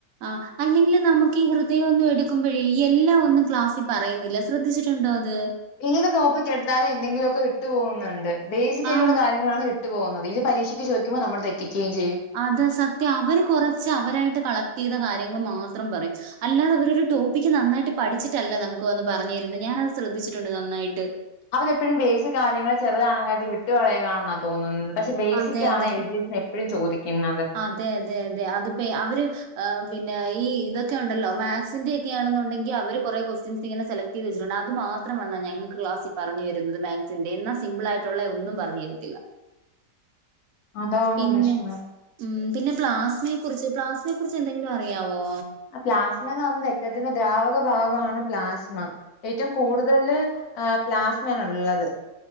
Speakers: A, on the right; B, on the left.
A: ആഹ് അല്ലെങ്കിലും നമുക്ക് ഈ ഹൃദയമൊന്നും എടുക്കുമ്പോഴേ ഈ എല്ലാം ഒന്നും ക്ലാസ്സിൽ പറയുന്നില്ല ശ്രദ്ധിച്ചിട്ടുണ്ടോ അത്
B: ഏത് ടോപ്പിക് എടുത്താലും എന്തെങ്കിലുമൊക്കെ വിട്ടുപോകുന്നുണ്ട് ബേസികായിയിട്ടുള്ള
A: ആഹ്
B: കാര്യ ങ്ങളാണ് ഇട്ട് പോകുന്നത് ഇത് പരീക്ഷക്ക് ചോയ്ക്കുമ്പോ നമ്മള് തെറ്റിക്കുകയും ചെയ്യും
A: അത് സത്യം അവര് കുറച്ച് അവരായിട്ട് കളക്ട് ചെയ്ത കാര്യങ്ങൾ മാത്രം പറയും അല്ലാതെ അവരൊരു ടോപ്പിക്ക് നന്നായിട്ട് പഠിച്ചിട്ടല്ല നമുക്ക് വന്ന് പറഞ്ഞു തരുന്നു ഞാനത് ശ്രദ്ധിച്ചിട്ടുണ്ട് നന്നായിട്ട്
B: അവരെപ്പോഴും ബേസി കാര്യങ്ങൾ ചെറുതാണങ്കിൽ അത് വിട്ടുകളളയുകയാണെന്നാ തോന്നുന്നത് പക്ഷെ ബേസികാണ്
A: അതെ അതെ
B: എൽ ജി എ എപ്പോഴും ചോദിക്കുന്നത്
A: അതെ അതെ അതെ അത് പ അവര് ആ പിന്നെ ഈ ഇതൊക്കെ ഉണ്ടല്ലോ മാത്സിന്റെ ഒക്കെയാണെന്നുണ്ടെങ്കിൽ അവര് കൊറെ ക്വസ്റ്റ്യൻസ് ഇങ്ങനെ സെലക്ട് ച്ചിട്ടുണ്ട് അത് മാത്രം വന്നാ ഞങ്ങക്ക് ക്ലാസിൽ പറഞ്ഞു തരുന്നത് മാക്സിന്റെ എന്നാ സിമ്പിൾ ആയിട്ടുള്ള ഒന്നും പറഞ്ഞു തരത്തില്ല
B: അതാണ്
A: പിന്നെ
B: പ്രശ്നം
A: ഉം പിന്നെ പ്ലാസ്മയെ കുറിച്ച് പ്ലാസ്മയെ കുറിച്ച് എന്തെങ്കിലും അറിയാവോ
B: പ്ലാസ്മ എന്ന് പറഞ്ഞത് രക്തത്തിന്റെ ദ്രാവക ഭാഗമാണ് പ്ലാസ്മ ഏറ്റവും കൂടുതല് ആഹ് പ്ലാസ്മാണ് ഉള്ളത്